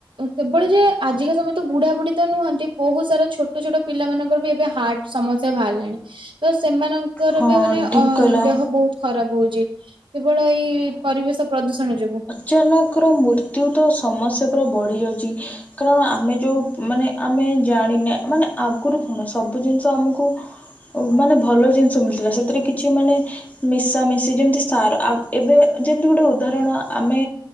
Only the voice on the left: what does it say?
ହଁ
ଠିକ୍ କହିଲ
ଜନକର ମୃତ୍ୟୁ ତ ସମସ୍ୟା ପୁରା ବଢିଯାଉଛି କାରଣ ଆମେ ଯୋଉ ମାନେ ଆମେ ଜାଣିନେ ମାନେ ଆଗୁରୁ କଣ ସବୁ ଜିନିଷ ଆମକୁ ମାନେ ଭଲ ଜିନିଷ ମିଳିଥିଲା ସେଥିରେ କିଛି ମାନେ ମିଶାମିଶି ଯେମିତି ସାର ଆଗ ଏବେ ଯେମିତି ଗୋଟେ ଉଦାହରଣ ଆମେ